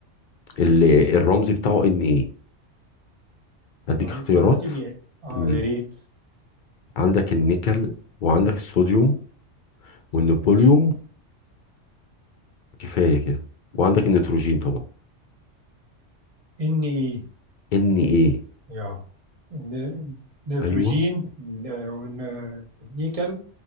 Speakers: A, on the left; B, on the right.
A: اللي الرمز بتاعه إن إيه أديك
B: عنصر
A: اختيارات
B: الكيمياء اه
A: مم.
B: يا ريت
A: عندك النيكل وعندك الصوديوم والنبوليوم
B: ماشي
A: كفايه كده وعندك النيتروجين طبعا
B: ان ايه
A: ان ايه
B: يا ن- نيتروجين
A: ايوه
B: آه، والنيكل